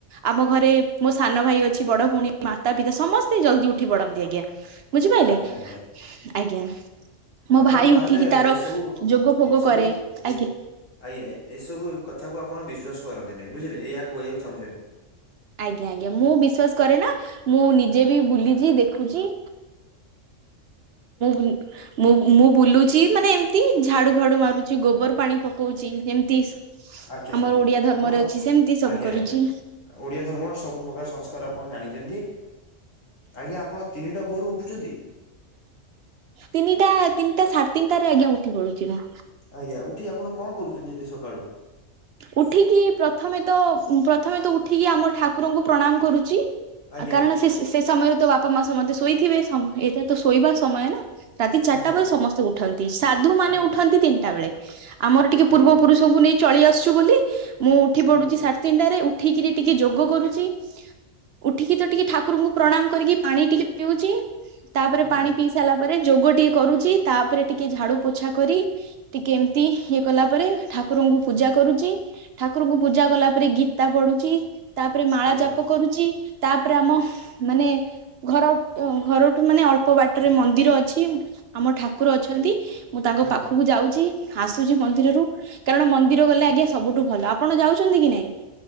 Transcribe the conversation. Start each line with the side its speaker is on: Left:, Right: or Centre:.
Right: ଆମ ଘରେ ମୋ ସାନ ଭାଇ ଅଛି ବଡ ଭଉଣୀ ମାତା ପିତା ସମସ୍ତେ ଜଲଦି ଉଠି ପଢନ୍ତି ଆଜ୍ଞା। ବୁଝିପାରିଲେ
Left: ଆଜ୍ଞା ଆଜ୍ଞା ଆଜ୍ଞା
Right: ଆଜ୍ଞା। ମୋ
Left: ଆପଣ
Right: ଭାଇ
Left: ତାହେଲେ
Right: ଉଠିକି ତାର
Left: ଏସବୁ
Right: ଯୋଗ ଫୋଗ
Left: ଏସବୁ
Right: କରେ
Left: ବି
Right: ଆଜ୍ଞା।
Left: ଆଜ୍ଞା ଏସବୁ କଥା କ ଆପଣ ବିସ୍ଵାସ କରନ୍ତି ନାାଇଁ ବୁଝିଲେ ଏଇଆ କହିବାକୁ ଚାହୁଁଛନ୍ତି।
Right: ଆଜ୍ଞା ଆଜ୍ଞା ମୁଁ ବିଶ୍ଵାସ କରେ ନା ମୁଁ ନିଜେ ବି ବୁଲିଛି ଦେଖୁଛି।
Left: <inaudible>
Right: ହଁ। ମୁଁ ମୁଁ ବୁଲୁଛି ମାନେ ଏମିତି ଝାଡୁ ଫାଡୁ ମାରୁଛି ଗୋବର ପାଣି ପକଉଛି। ମିସ୍
Left: ଆଜ୍ଞା
Right: ଆମର
Left: ଆଜ୍ଞା
Right: ଓଡିଆ ଧର୍ମରେ
Left: ଆପଣ
Right: ଅଛି ସେମିତି ସବୁ
Left: ଆଜ୍ଞା
Right: କରୁଚି।
Left: ଆଜ୍ଞା ଓଡିଆ ଧର୍ମର ସବୁ ପ୍ରକାର ସଂସ୍କାର ଆପଣ ଜାଣିଛନ୍ତି। ଆଜ୍ଞା ଆପଣ ତିନିଟା ଭୋରୁ ଉଠୁଛନ୍ତି।
Right: ତିନିଟା ତିନିଟା ସାଢେ ତିନିଟାରେ ଆଜ୍ଞା ଉଠି ପଡୁଛି ମୁଁ।
Left: ଆଜ୍ଞା ଉଠି ଆପଣ କଣ କରୁଛନ୍ତି ଏତେ ସକାଳୁ
Right: ଉଠିକି ପ୍ରଥମେ ତ ପ୍ରଥମେ ତ ଉଠିକି ଆମ ଠାକୁରଙ୍କୁ ପ୍ରଣାମ କରୁଛି।
Left: ଆଜ୍ଞା
Right: ଆ କାରଣ ସେ ସେ ସମୟରେ ତ ବାପା ମା ସମେତେ ଶୋଇଥିବେ ଏଇଟା ତ ଶୋଇବା ସମୟ ନା ରାତି ଚାରିଟା
Left: ଆଜ୍ଞା
Right: ପରେ ସମସ୍ତେ ଉଠନ୍ତି ସାଧୁ ମାନେ
Left: ଆଜ୍ଞା
Right: ଉଠନ୍ତି। ତିନିଟା ବେଳେ ଆମର ଟିକେ
Left: ଆଜ୍ଞା
Right: ପୂର୍ବ ପୁରୁଷଙ୍କୁ ନେଇ ଚଳି ଆସୁଛୁ ବୋଲି ମୁଁ ଉଠି
Left: ଆଜ୍ଞା
Right: ପଡୁଛି ତିଣ୍ଡାରେ ଉଠିକିରି ଟିକେ ଯୋଗ କରୁଛି। ଉଠିକି ତ ଟିକେ ଠାକୁରଙ୍କୁ ପ୍ରଣାମ କରିକି ପାଣି ଟିକେ ପିଉଛି ତାପରେ
Left: ଆଜ୍ଞା
Right: ପାଣି ପିସାରି ସାରିଲା ପରେ ଯୋଗ ଟିକେ କରୁଛି ତାପରେ ଟିକେ ଝାଡୁ ପୋଛା କରି ଟିକେ ଏମିତି ଇଏ କଲା ପରେ ଠାକୁରଙ୍କୁ ପୂଜା କରୁଛି ଠାକୁରଙ୍କୁ ପୂଜା କଲା ପରେ ଗୀତା ପଢୁଛି ତାପରେ ମାଳା
Left: ଆଜ୍ଞା
Right: ଜାପ କରୁଛି ତାପରେ ଆମ ମାନେ ଘର ଘରଠୁ ମାନେ ଅଳ୍ପ ବାଟରେ ମନ୍ଦିର ଅଛି ଆମ ଠାକୁର ଅଛନ୍ତି। ମୁଁ ତାଙ୍କ
Left: ଆଜ୍ଞା
Right: ପାଖକୁ ଯାଉଛି ଆସୁଛି ମନ୍ଦିରରୁ କାରଣ ମନ୍ଦିର ଗଲେ ଇଏ ସବୁଠୁ ଭଲ ଆପଣ ଯାଉଛନ୍ତି କି ନାଇଁ।